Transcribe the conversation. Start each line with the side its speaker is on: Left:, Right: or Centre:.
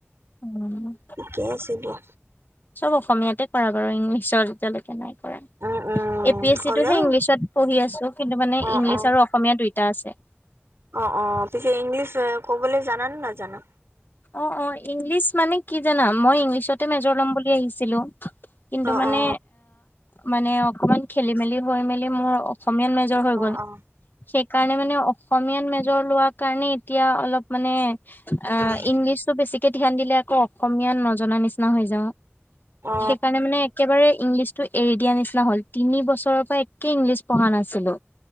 Left: অ',
Right: ঠিকেই আছিল দিয়
Left: চব অসমীয়াতে কৰা বাৰু ইংলিছৰ এতিয়ালৈকে নাই।
Right: উম উম
Left: এ পি এছ
Right: হ'লেও
Left: চিটোহে ইংলিছত পঢ়ি আছো কিন্তু মানে
Right: অ
Left: ইংলিছ
Right: অ
Left: আৰু অসমীয়া দুইটা আছে
Right: অ অ পছে ইংলিছ কবলৈ জানা ন জানা
Left: অ অ ইংলিছ মানে কি জানাম মই ইংলিছতে মেজৰ ল'ম বুলি আহিছিলো কিন্তু
Right: অ
Left: মানে
Right: অ
Left: ম অকমান খেলি মেলি হৈ মেলি মোৰ অসমীয়াত মেজৰ হৈ
Right: অ
Left: গলেই
Right: অ
Left: ে মানে অসমীয়াত মেজৰ লোৱাৰ কাৰণে এতিয়া অলপ মানে আ
Right: উম
Left: বেছিকে ধান দিলে আকৌ অসমীয়া নজনা নিচিনা য
Right: অ
Left: সেইকাৰণে মানে একে ইংলিটো এৰি দিয়া নিচিনা হল তিনি বছৰৰ পৰা একেই ইংলিছ পঢ়া নাছিলো